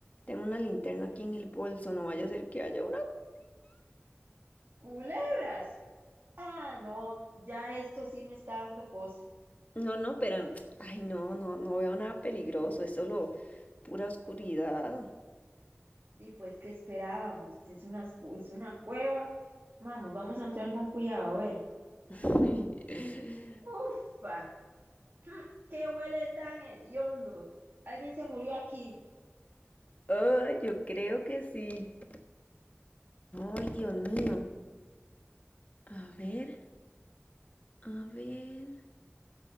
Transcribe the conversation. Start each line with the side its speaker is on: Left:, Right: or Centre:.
Left: Tengo una linterna aquí en el bolso. No vaya a ser que haya una
Right: Culebras. Ah, no, ya esto sí me está dando cosa.
Left: No, no, pero, ay, no, no, no veo nada peligroso, es solo pura oscuridad.
Right: Y pues, ¿qué esperábamos? Es una, escu- es una cueva. Vamos, vamos a entrar con cuidado, a ver.
Left: <laughs>
Right: Ufa, mm, qué huele tan hediondo. Alguien se murió aquí.
Left: Ay, yo creo que sí. Ay, Dios mío. A ver, a ver,